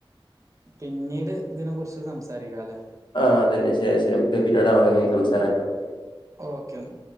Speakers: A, on the right; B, on the left.
A: പിന്നീട് ഇതിനെ കുറിച്ച് സംസാരിക്കാം അല്ലെ
B: ആ അതന്നെ ശരി ശരി പിന്നെ അതെ ഇനി സംസാരിക്കാം.
A: ഓക്കെ എന്നാ